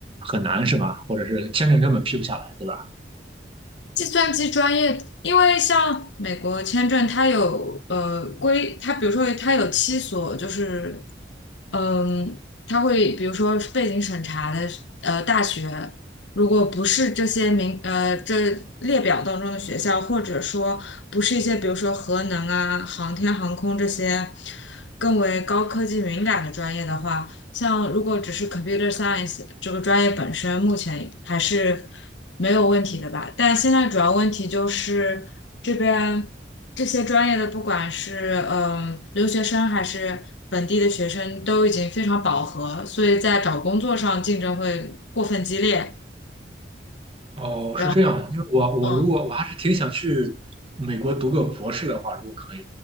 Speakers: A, on the right; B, on the left.
A: 很难是吧？或者是签证根本批不下来，对吧？
B: 计算机专业，因为像美国签证，它有呃规，它比如说它有七所，就是嗯，它会比如说是背景审查的呃大学，如果不是这些名呃这列表当中的学校，或者说不是一些比如说核能啊、航天航空这些更为高科技敏感的专业的话。像如果只是 computer science 这个专业本身，目前还是没有问题的吧。但现在主要问题就是这边这些专业的，不管是嗯留学生还是本地的学生，都已经非常饱和，所以在找工作上竞争会过分激烈。
A: 哦，
B: 然后，
A: 是这样的因为我我如果我还是挺想去
B: 嗯
A: 美国读个博士的话，如果可以，